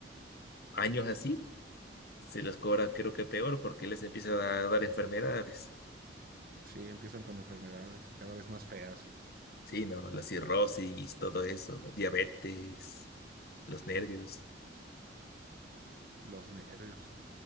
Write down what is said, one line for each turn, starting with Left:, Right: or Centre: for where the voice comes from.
Left: años así, se les cobra creo que peor porque les empieza a dar enfermedades.
Right: Sí, empiezan con enfermedades y cada vez más feas y
Left: Sí, no, la cirrosis, todo eso, diabetes, los nervios.
Right: los nervios.